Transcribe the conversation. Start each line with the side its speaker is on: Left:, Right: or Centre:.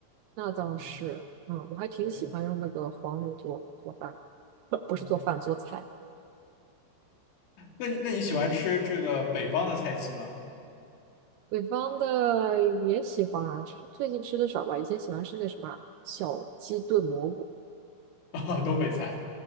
Right: 那倒是，
Left: 嗯，
Right: 嗯，我还挺喜欢用那个黄油做做饭，
Left: 对，
Right: <coughs> 不不是做饭做菜，
Left: 嗯，那你那你喜欢吃这个北方的菜系吗？
Right: 北方的也喜欢啊，吃最近吃的少吧，以前喜欢吃那什么啊小鸡炖蘑菇
Left: <laughs> 哦，东北菜，